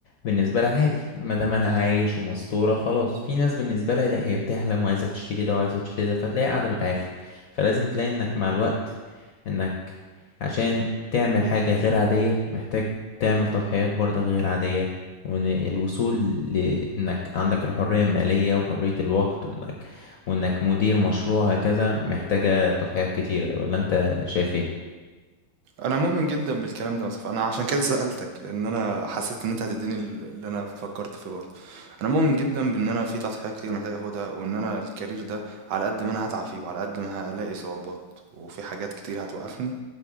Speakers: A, on the left (about 65°); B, on the right (about 80°).
A: بالنسبة لها عادي ما دام أنا عايش ومستورة خلاص في ناس بالنسبة لها لا هي بتحلم وعايزة تشتري ده وعايزة تشتري ده فتلاقي قاعدة بتعافر فلازم تلاقي إنك مع الوقت انك عشان تعمل حاجة غير عادية محتاج تعمل تضحيات برضك غير عادية وإن الوصول لإنك عندك الحرية المالية وحرية الوقت وإنك وإنك مدير مشروع هكذا محتاجة تضحيات كتيرة ولا أنت شايف إيه؟
B: انا مؤمن جدا بالكلام ده يا مصطفى انا عشان كده سألتك لان انا حسيت ان انت هتديني ال- اللي انا فكرت فيه برضه انا مؤمن جدا بان انا في تضحيات كتير محتاج اخدها وان انا الكارير ده على قد ما انا هتعب فيه وعلى قد ما هلاقي صعوبات وفي حاجات كتير هتوقفني